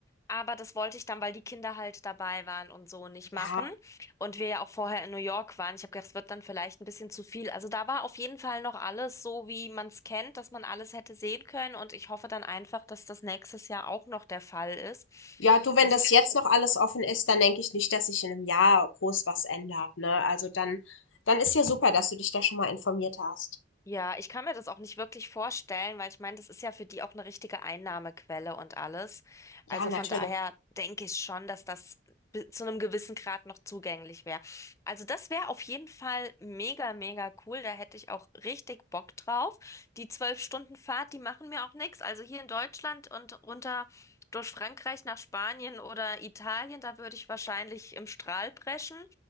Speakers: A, on the left; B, on the left.
A: aber das wollte ich dann, weil die Kinder halt dabei waren und so nicht machen.
B: Ja.
A: Und wir ja auch vorher in New York waren. Ich habe gedacht, es wird dann vielleicht ein bisschen zu viel. Also da war auf jeden Fall noch alles so, wie man es kennt, dass man alles hätte sehen können. Und ich hoffe dann einfach, dass das nächstes Jahr auch noch der Fall ist.
B: Ja, du, wenn
A: Also
B: das
A: ich
B: jetzt noch alles offen ist, dann denke ich nicht, dass sich in einem Jahr groß was ändert, ne? Also dann, dann ist ja super, dass du dich da schon mal informiert hast.
A: Ja, ich kann mir das auch nicht wirklich vorstellen, weil ich meine, das ist ja für die auch eine richtige Einnahmequelle und alles. Also
B: Ja, natürlich.
A: von daher denke ich schon, dass das bi- zu einem gewissen Grad noch zugänglich wäre. Also das wäre auf jeden Fall mega, mega cool. Da hätte ich auch richtig Bock drauf. Die zwölf Stunden Fahrt, die machen mir auch nichts. Also hier in Deutschland und runter durch Frankreich nach Spanien oder Italien, da würde ich wahrscheinlich im Strahl brechen.